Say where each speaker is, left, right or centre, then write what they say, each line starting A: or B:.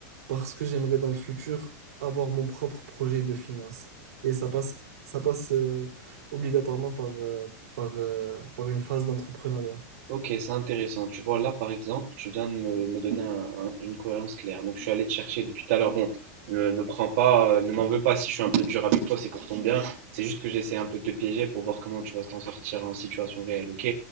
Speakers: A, on the right; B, on the right.
A: parce que j'aimerais dans le futur avoir mon propre projet de finance. Et ça passe, ça passe euh, obligatoirement par, euh, par, euh, par une phase d'entrepreneuriat.
B: Ok, c'est intéressant. Tu vois, là, par exemple, tu viens de me, me donner un- un- une cohérence claire. Donc, je suis allé te chercher depuis tout à l'heure. Bon, ne me prends pas, euh, ne m'en veux pas si je suis un peu dur avec toi, c'est pour ton bien. C'est juste que j'essaie un peu de te piéger pour voir comment tu vas t'en sortir en situation réelle, ok?